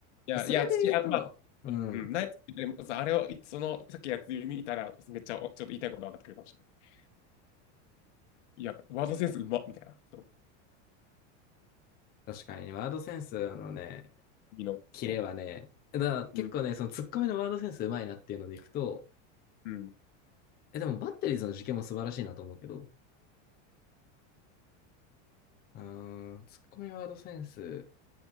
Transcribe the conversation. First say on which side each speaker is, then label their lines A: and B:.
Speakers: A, on the left; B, on the left.
A: いや、
B: それで言うと、
A: いや、土屋、まあ
B: うん。
A: うん、ナイツって言ってもさあれを、いその、さっきやつ見たら、めっちゃ、おちょっと言いたいこと分かってくるかもしれない。いや、ワードセンスうまっみたいな。そう。
B: 確かにね、ワードセンスのね、
A: 君の、
B: キレはね、
A: そ
B: だから結構ね、
A: う。うん、
B: その突っ込みのワードセンスうまいなっていうのでいくと、
A: うん。
B: え、でもバッテリーズの事件も素晴らしいなと思うけど、あー、ツッコミワードセンス。